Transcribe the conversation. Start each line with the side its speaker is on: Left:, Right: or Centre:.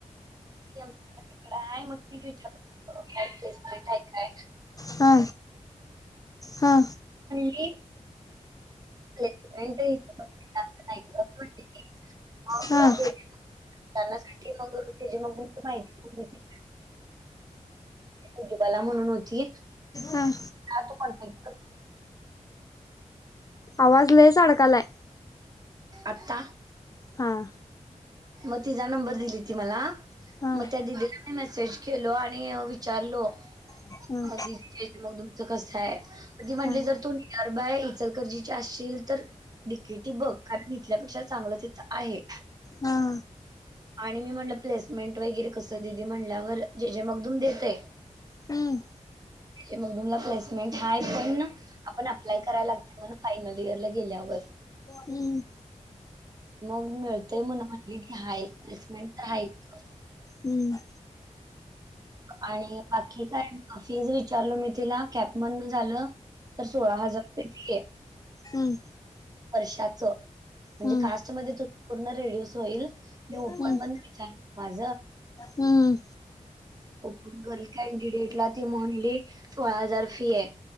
Right: पी एम सी ला तिकड हाय म ती विचारत होती प्लेसमेंट हाय काय?
Left: हा हा
Right: ए <unintelligible> त्यांनासाठी
Left: हां
Right: मग त्याची मग माहिती दिली. उज्ज्वला म्हणून होती.
Left: हां
Right: हा तू कॉन्टॅक्ट कर.
Left: आवाज लयच अडकालाय
Right: आत्ता
Left: हां
Right: मग तिचा नंबर दिली ती मला
Left: हां
Right: मग त्या दिदीना मी मेसेज केलो आणि विचारलो
Left: हां
Right: दीदी मग तुमचं कस आहे ती म्हटली
Left: हां
Right: जर तू नियर बाय इचलकरंजीची आसशील तर डी के टी बघ कारण इथल्यापेक्षा चांगलं तिथं आहे
Left: हा
Right: आणि मी म्हणलं प्लेसमेंट वगैरे कसं दिदी म्हणल्यावर जे जे मगदुम देतय
Left: हम
Right: जे जे मगदूमला प्लेसमेंट हाय पण आपण अप्लाय करायला लागत म्हण फायनल इयरला गेल्यावर
Left: हम्म
Right: मग मिळतय म्हण म्हणली ती हाय प्लेसमेंट आहे इथं
Left: हम्म
Right: आणि बाकी काय फी ज विचारल मी तिला कॅप मधनं झालं तर सोळा हजार रुपये फी आहे
Left: हम्म हम्म
Right: वर्षाच म्हणजे
Left: हम्म
Right: कास्ट मधेच होत पूर्ण रीड्यूस होईल मी ओपन
Left: हम्म
Right: मधन विचारल माझ
Left: हम्म
Right: ओपन गर्ल कॅनडिडेटला ती म्हणली सोळा हजार फी आहे